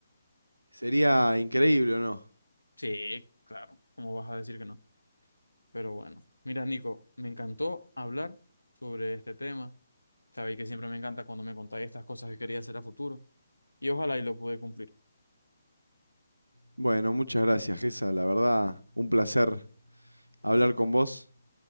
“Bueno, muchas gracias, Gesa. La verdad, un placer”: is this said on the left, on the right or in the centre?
Right